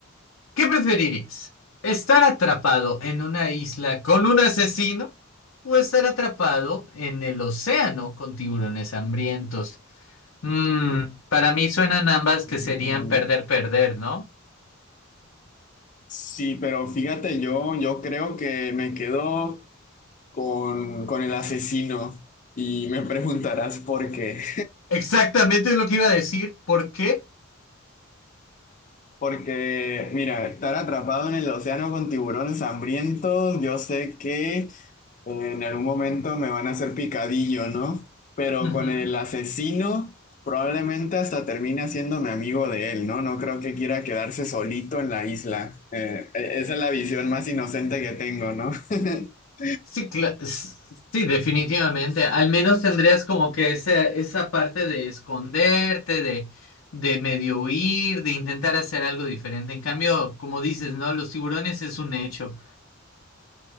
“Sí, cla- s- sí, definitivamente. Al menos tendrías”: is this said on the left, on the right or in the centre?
Left